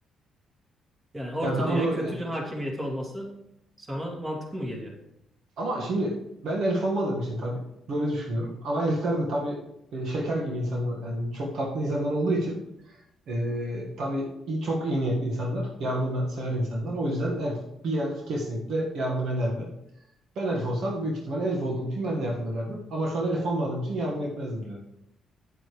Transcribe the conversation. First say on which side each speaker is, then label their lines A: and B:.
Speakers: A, on the right; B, on the right.
A: Yani orta
B: Yani bana
A: dünyaya
B: da
A: kötülüğün
B: yani
A: hakimiyeti olması sana mantıklı mı geliyor?
B: ama şimdi ben elf olmadığım için tabii böyle düşünüyorum. Ama elfler de tabii e, şeker gibi insanlar yani çok tatlı insanlar olduğu için e, tabii iyi- çok iyi niyetli insanlar, yardım sever insanlar. O yüzden elf bir elf kesinlikle yardım ederdi. Ben elf olsam büyük ihtimalle elf olduğum için ben de yardım ederdim. Ama şu an elf olmadığım için yardım etmezdim diyorum.